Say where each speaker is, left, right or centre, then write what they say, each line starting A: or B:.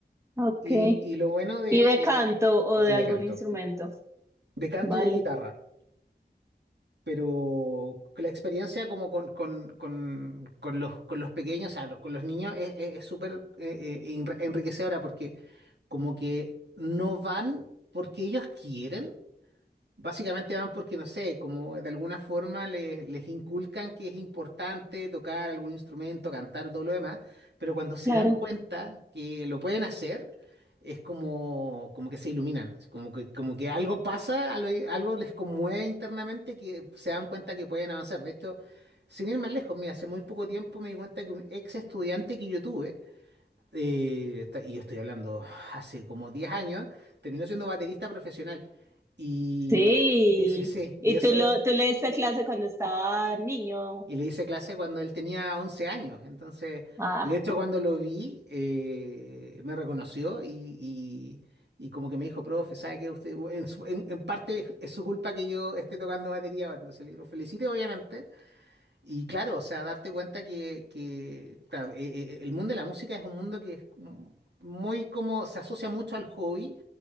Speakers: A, on the right; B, on the right.
A: Ok.
B: Y, y lo bueno de,
A: ¿Y de
B: de...
A: canto o
B: Sí,
A: de algún
B: de canto.
A: instrumento?
B: De canto
A: Vale.
B: y de guitarra. Pero la experiencia como con, con, con, con los, con los pequeños, o sea, con los niños, es es- es súper eh, eh, enriquecedora porque como que no van porque ellos quieren Básicamente van porque, no sé, como de alguna forma les les inculcan que es importante tocar algún instrumento, cantar, todo lo demás, pero cuando se
A: claro.
B: dan cuenta que lo pueden hacer, es como, como que se iluminan, así como que, como que algo pasa, algo, algo les conmueve internamente que se dan cuenta que pueden avanzar. De hecho, sin ir más lejos, mira, hace muy poco tiempo me di cuenta que un ex estudiante que yo tuve, eh, está- y yo estoy hablando hace como 10 años, terminó siendo baterista profesional. Y
A: Sí.
B: sí, sí, sí, y
A: ¿Y
B: eso,
A: tú, lo, tú le diste clase cuando estaba niño?
B: y le hice clase cuando él tenía 11 años. Entonces,
A: Ah,
B: y de hecho cuando lo vi, eh, me reconoció y, y- y como que me dijo, profe, ¿sabe que usted, en, su- en- en parte es su culpa que yo esté tocando batería ahora? Entonces le digo, felicite, obviamente, y claro, o sea, darte cuenta que, que, claro, eh, eh, el mundo de la música es un mundo que es muy como, se asocia mucho al hobby,